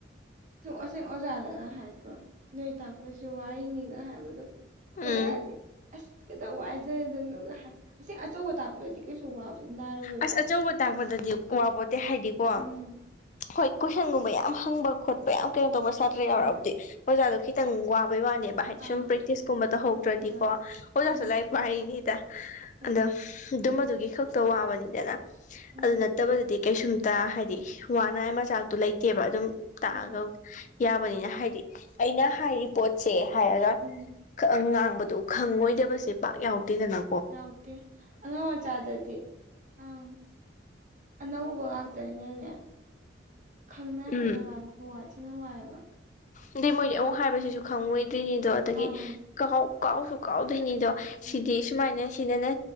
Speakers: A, on the right (about 40°); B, on the left (about 40°).
A: ꯁ ꯑꯁꯦꯡ <unintelligible> ꯑꯣꯖꯥꯗꯒ ꯍꯥꯏꯗ꯭ꯔꯣ ꯅꯣꯏ ꯇꯥꯛꯄꯁꯤ ꯋꯥꯔꯤꯅꯤꯒ ꯍꯥꯏꯕꯗꯣ ꯍꯣꯏꯂꯗꯤ
B: ꯎꯝ
A: <unintelligible> ꯑꯁ ꯀꯈꯤꯇ <unintelligible> ꯋꯥꯏꯖꯗꯣꯏꯅꯣ ꯑꯁꯤ ꯑꯆꯧꯕ ꯇꯥꯛꯄꯗꯗꯤ ꯀꯩꯁꯨ ꯋꯥꯕ ꯅꯥꯏꯔꯣꯏꯕ
B: ꯑꯁ ꯑꯆꯧꯕ ꯇꯥꯛꯄꯗꯗꯤ ꯋꯥꯄꯣꯠꯇ‌ꯦ ꯍꯥꯏꯗꯤꯀꯣ
A: ꯎꯝ
B: ꯍꯣꯏ ꯀꯣꯏꯁꯟꯒꯨꯝꯕ ꯌꯥꯝ ꯍꯪꯕ ꯈꯣꯠꯄ ꯌꯥꯝ ꯀꯩꯅꯣ ꯇꯧꯕ ꯁꯥꯇ꯭ꯔ ꯌꯥꯎꯔꯛꯑꯕꯨꯗꯤ
A: ꯍꯣꯏ
B: ꯑꯣꯖꯥꯗꯣ ꯈꯤꯇꯪ ꯋꯥꯕꯩ ꯋꯥꯅꯦꯕ ꯍꯥꯏꯗꯤ
A: ꯑꯥ
B: ꯁꯨꯝ ꯄ꯭ꯔꯦꯛꯇꯤꯁꯀꯨꯝꯕ ꯇꯧꯍꯧꯗ꯭ꯔꯗꯤꯀꯣ
A: ꯍꯣꯏ
B: ꯑꯣꯖꯥꯁꯨ
A: ꯎꯝ
B: ꯂꯥꯏ ꯋꯥꯔꯤꯅꯤꯗ
A: ꯍꯣꯏꯌꯦ
B: ꯑꯗꯨꯝ ꯑꯗꯨꯝꯕꯗꯨꯒꯤ ꯈꯛꯇ ꯋꯥꯕꯅꯤꯗꯅ
A: ꯎꯝ
B: ꯑꯗꯨ ꯅꯠꯇꯕꯗꯗꯤ ꯀꯩꯁꯨꯝꯇ ꯍꯥꯏꯗꯤ ꯋꯥꯅꯉꯥꯏ ꯃꯆꯥꯛꯇꯣ ꯂꯩꯇꯦꯕ ꯑꯗꯨꯝ ꯇꯥꯛꯑꯒ
A: ꯍꯣꯏ
B: ꯌꯥꯕꯅꯤꯅ ꯍꯥꯏꯗꯤ ꯑꯩꯅ ꯍꯥꯏꯔꯤ ꯄꯣꯠꯁꯦ ꯍꯥꯏꯔꯒ
A: ꯎꯝ
B: ꯉꯥꯡꯕꯗꯣ ꯈꯪꯉꯣꯏꯗꯕꯁꯦ ꯄꯥꯛ ꯌꯥꯎꯗꯦꯗꯅ
A: ꯌꯥꯎꯗꯦ ꯑꯉꯥꯡ ꯃꯆꯥꯗꯗꯤ ꯑꯪ ꯑꯅꯧꯕ ꯉꯥꯛꯇꯅꯤꯅꯅꯦ ꯈꯪꯅ
B: ꯎꯝ
A: ꯍꯣꯠꯅꯉꯥꯏ ꯍꫭꯠꯅꯀꯥꯟ ꯈꯣꯋꯥꯊꯤꯅ ꯋꯥꯏ
B: ꯑꯗꯩ ꯃꯣꯏꯗꯤ ꯑꯃꯨꯛ ꯍꯥꯏꯕꯁꯤꯁꯨ ꯈꯪꯉꯣꯏꯗ꯭ꯔꯤꯅꯤꯗꯣ ꯑꯗꯒꯤ
A: ꯑꯪ
B: ꯀꯥꯎ ꯀꯥꯎꯁꯨ ꯀꯥꯎꯗꯣꯏꯅꯤꯗꯣ
A: ꯎꯝ
B: ꯁꯤꯗꯤ ꯁꯨꯃꯥꯏꯅ ꯁꯤꯗꯅ